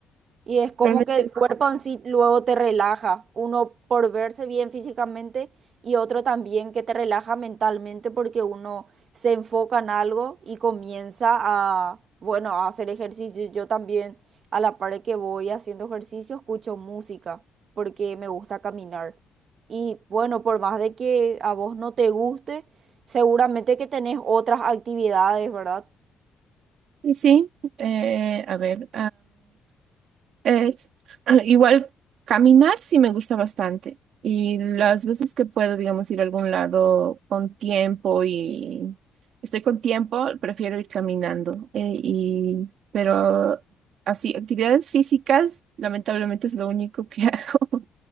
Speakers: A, on the right (about 60°); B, on the right (about 75°).
A: Y es como
B: Actualmente
A: que el
B: no
A: cuerpo
B: hago nada.
A: en sí luego te relaja, uno por verse bien físicamente y otro también que te relaja mentalmente porque uno se enfoca en algo y comienza a, bueno, a hacer ejercicio. Yo también a la par que voy haciendo ejercicio escucho música porque me gusta caminar. Y bueno, por más de que a vos no te guste, seguramente que tenés otras actividades, ¿verdad?
B: Y sí, eh, a ver. Es, <clears throat> igual caminar sí me gusta bastante y las veces que puedo, digamos, ir a algún lado con tiempo y estoy con tiempo, prefiero ir caminando. eh, y, pero así, actividades físicas, lamentablemente es lo único que <laughs> hago.